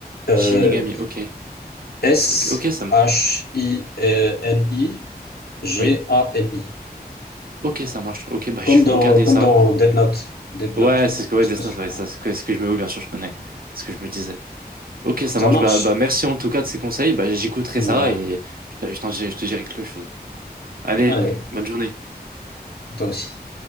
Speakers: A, on the left; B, on the right.
A: Euh,
B: Shinigami, ok.
A: S-H-I-N-I-G-A-M-I.
B: Ok, ok, ça me... Oui? Ok, ça marche. Ok, bah
A: Comme
B: je vais
A: dans,
B: regarder
A: comme
B: ça.
A: dans Death Note. Death
B: Ouais,
A: Note.
B: c'est ce que, ouais,
A: Je
B: Destin,
A: sais pas sûr.
B: ouais, ça, c'est ce que, ce que je me... Oui, bien sûr, je connais. ce que je me disais. Ok, ça
A: Ça
B: marche.
A: marche?
B: Bah, bah merci en tout cas de ces conseils. Bah, j'écouterai
A: Mine
B: ça
A: de rien.
B: et je, je t'en dirai- je te dirai quelque chose. Allez,
A: Allez,
B: bonne journée.
A: toi aussi.